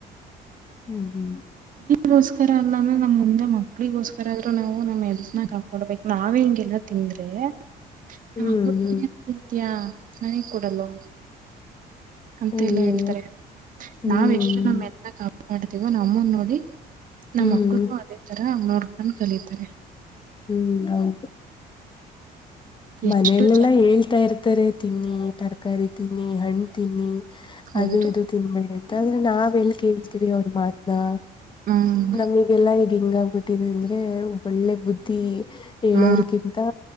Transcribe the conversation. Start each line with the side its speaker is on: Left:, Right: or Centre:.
Left: ಹ್ಮ್ ಹ್ಮ್
Right: ಗೋಸ್ಕರ ಅಲ್ಲ ಅಂದ್ರ ನಮ್ ಮುಂದೆ ಮಕ್ಳಿಗೋಸ್ಕರ ಆದ್ರೂ ನಾವು ನಮ್ಮ್ ಎಲ್ತ್ನ ಕಾಕೊಡ್ಬೇಕು ನಾವೇ ಹಿಂಗೆಲ್ಲಾ ತಿವಿ ಅಂದ್ರೆ ನ
Left: ಹ್ಮ್
Right: ಮಕ್ಕಳು
Left: ಹ್ಮ್
Right: ತಯ ಸ್ನಹ ಕೊಡಲ್ವಾ ಅಂತೆ
Left: ಅಯ್ಯೋ
Right: ಎಲ್ಲ ಹೇಳ್ತಾರೆ
Left: ಹ್ಮ್
Right: ನಾವ್ ಎಷ್ಟು ನೆಲ್ಲ ಮಾಡತೀವ ನಮ್ಮನ್ ನೋಡಿ ನಮ್ಮ
Left: ಹ್ಮ್
Right: ಮಕ್ಳಗೂ ಅದೇ ತರ ನೋಡ್ಕೊಂಡು ಕಲೀತಾರೆ
Left: ಹ್ಮ್ ಹೌದು ಮನೇಲೆಲ್ಲಾ
Right: ಎಷ್ಟು ಜನ
Left: ಹೇಳ್ತಾ ಇರ್ತಾರೆ ತಿನ್ನಿ ತರಕಾರಿ ತಿನ್ನಿ ಹಣ್ಣ್ ತಿನ್ನಿ
Right: ಹೌದು
Left: ಅದು ಇದು ತಿನ್ಬೇಡಿ ಅಂತ ಆದ್ರೆ ನಾವ್ ಎಲ್ ಕೇಳ್ತೀವಿ ಅವ್ರ ಮಾತ್ನಾ.
Right: ಹ್ಮ್
Left: ನಮಗೆಲ್ಲಾ ಈಗ್ ಹಿಂಗ ಆಾಗಬಿಟ್ಟಿದೆ ಅಂದ್ರೆ ಒ ಒಳ್ಳೆ ಬುದ್ಧಿ. ಹೇಳೋರ್ಗಿಂತ.
Right: ಹಾ